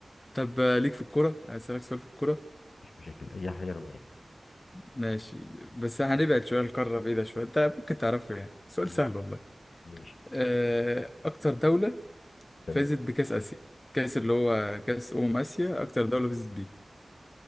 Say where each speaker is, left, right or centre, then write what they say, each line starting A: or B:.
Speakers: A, on the left (about 30°); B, on the left (about 85°).
A: طب آه، ليك في الكورة اسألك سؤال في الكورة
B: مفيش مشاكل أي حاجة أنا معاك
A: ماشي بس هنبعد شوية القارة بعيدة شوية انت ممكن تعرفه يعني سؤال
B: مم.
A: سهل والله
B: ماشي
A: آه، أكتر دولة
B: تمام
A: فازت بكأس آسيا كأس اللي هو كأس أمم آسيا أكتر دولة فازت بيه